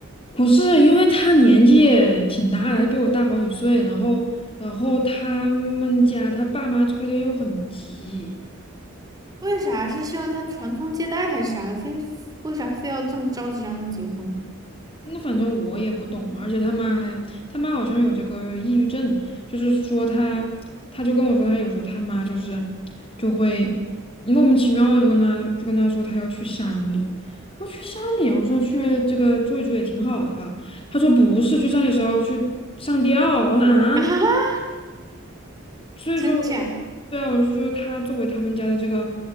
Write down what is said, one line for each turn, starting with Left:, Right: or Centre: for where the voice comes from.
Left: 不是，因为他年纪也挺大的，他比我大好几岁，然后，然后他们家他爸妈催的又很急，
Right: 为啥是希望他传宗接代还是啥？非为啥非要这么着急让他结婚
Left: 那反正我也不懂嘛，而且他妈还，他妈好像有这个抑郁症，就是说他，他就跟我说他有时候他妈就是就会莫名其妙地就跟他就跟他说他要去山里，我说去山里，我说去这个住一住也挺好的哈，他说不是去山里的时候去上吊，我说啊。
Right: <laughs> 啊？
Left: 所以说我就
Right: 真假？
Left: 对啊，我就觉得他作为他们家的这个